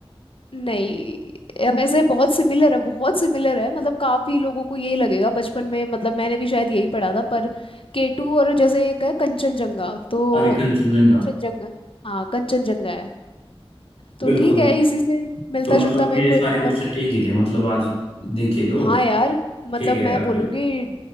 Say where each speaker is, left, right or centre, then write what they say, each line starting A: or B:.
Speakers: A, on the left; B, on the left.
A: नहीं अब ऐसे बहुत सिमिलर है बहुत सिमिलर है मतलब काफी लोगों को यही लगेगा बचपन में मतलब मैंने भी शायद यही पढ़ा था पर केटू और जैसे एक है कंचनजंगा तो
B: हमारे <clears throat> कंचनजंगा
A: कंचनजंगा हाँ कंचनजंगा है तो
B: बिल्कुल
A: ठीक है इसी से मिलता
B: तो मतलब
A: जुलता मेरे
B: मेरे
A: को
B: सारे
A: एक
B: क्वेश्चन
A: और
B: ठीक ही थे मतलब आज देखे तो
A: हाँ यार मतलब
B: ठीक है
A: मैं
B: अब
A: बोलूंगी